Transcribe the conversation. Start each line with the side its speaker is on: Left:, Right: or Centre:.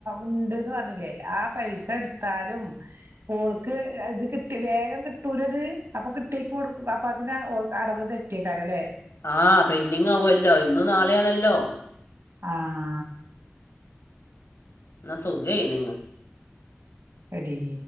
Right: ഉണ്ട്ന്ന് പറഞ്ഞില്ലേ ആ പൈസ എടുത്താലും ഓൾക്ക് ഇത് കിട്ടി വേഗം കിട്ടൂലത് അപ്പൊ കിട്ടിയക്ക് കൊടുക്ക അപ്പ അതിന് അടവ് തെറ്റ കിട്ടേയക്കാരല്ലേ
Left: ആഹ് പെൻഡിങ് ആവോല്ലോ ഇന്നും നാളെയാണല്ലോ
Right: ആഹ്
Left: എന്നാ സുഖായിൻ
Right: എടി